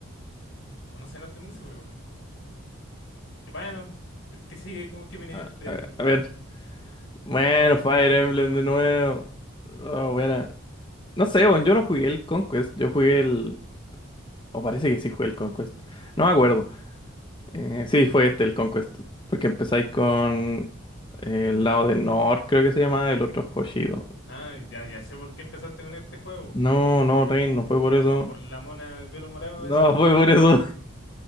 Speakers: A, on the left; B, on the left.
A: o no sé, no estoy muy seguro. Y Bueno, el que sigue, como que viene
B: Ah,
A: el del
B: A, a ver. Bueno,
A: otro Fire
B: Fire
A: Emblem,
B: Emblem
A: bueno.
B: de nuevo. Ah, buena. No sé, weón. Yo no jugué el Conquest. Yo jugué el. O parece que sí jugué el Conquest. No me acuerdo. Eh, sí, fue este, el Conquest. Porque empezáis con. eh, El lado de Nor, creo que se llama. El otro Hoshido.
A: Ah, ya, ya sé por qué empezaste con este juego.
B: No, no, Rain, no fue por eso.
A: Por la mona de pelo morado
B: No,
A: esa.
B: fue por eso.